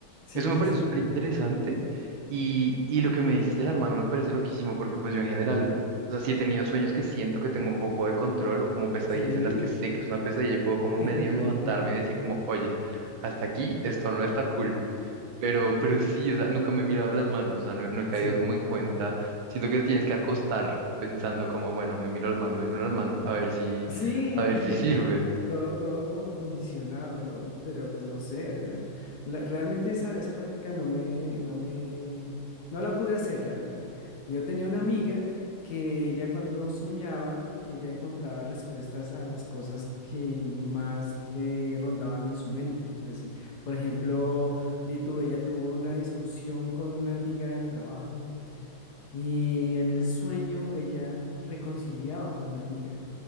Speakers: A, on the left; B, on the right.
A: sí,
B: Eso me
A: sí,
B: parece
A: sí,
B: súper
A: sí.
B: interesante y, y lo que me dices de las manos me parece loquísimo porque pues yo en general, o sea, si he tenido sueños que siento que tengo un poco de control o como pesadillas
A: Sí.
B: en las que sé que es una pesadilla y puedo como
A: <laughs>
B: medio levantarme y decir como, oye, hasta aquí esto no está cool. Pero, pero sí, o sea, nunca me he mirado las manos, o sea, no, no he caído
A: Sí.
B: como en cuenta. Siento que te tienes que acostar pensando como, bueno, me miro las manos, me miro las manos, a ver si,
A: Sí.
B: a ver
A: <laughs>
B: si sirve.
A: Todo, todo como condicionado, ¿no? Pero pues no sé, la- la- realmente esa, esa práctica no me, no me, no la pude hacer realmente. Yo tenía una amiga que ella cuando soñaba, ella encontraba respuestas a las cosas que más le rondaban en su mente. Entonces, por ejemplo, di tú, ella tuvo una discusión con una amiga del trabajo y en el sueño ella reconciliaba con la amiga